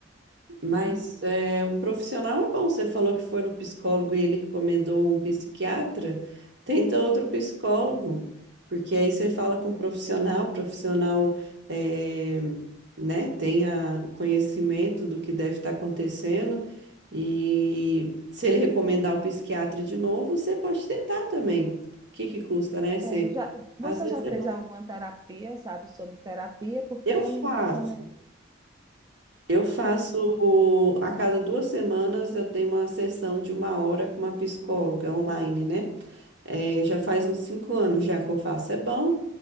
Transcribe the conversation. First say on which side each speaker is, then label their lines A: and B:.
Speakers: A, on the right (about 60°); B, on the right (about 20°).
A: Mas
B: Mas
A: é, um profissional é bom. Você falou que foi no psicólogo e ele recomendou um psiquiatra. Tenta outro psicólogo, porque aí você fala com um profissional, profissional é, né, tenha o conhecimento do que deve estar acontecendo. E se ele recomendar o psiquiatra de novo, você pode tentar também. O que que custa, né? Você,
B: é, já, você
A: às vezes
B: já fez
A: é bom.
B: alguma terapia, sabe, sobre terapia? Porque
A: Eu
B: ela
A: faço.
B: me recomendou.
A: Eu faço o- a cada duas semanas eu tenho uma sessão de uma hora com uma psicóloga online, né? Eh, já faz uns cinco anos já que eu faço. É bom.